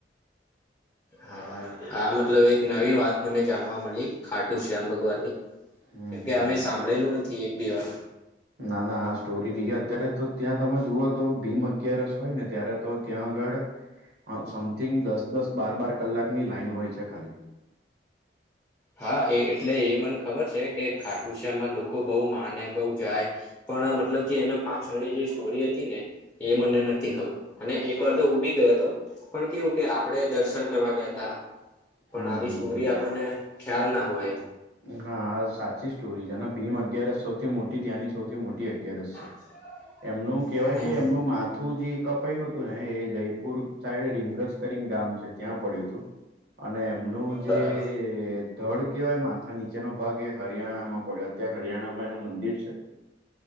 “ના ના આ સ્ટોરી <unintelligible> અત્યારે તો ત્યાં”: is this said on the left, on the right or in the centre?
Right